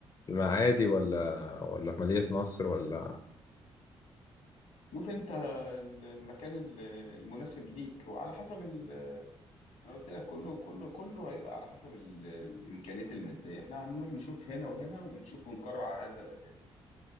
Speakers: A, on the left (about 35°); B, on the left (about 75°).
A: المعادي ولا ولا في مدينة نصر ولا
B: شوف انت ال- المكان ال- المناسب ليك وعلى حسب ال... انا قلت لك كله كله كله هيبقى على حسب ال... الامكانيات الماديه احنا هنروح نشوف هنا وهنا ونشوف ونقرر على هذا الاساس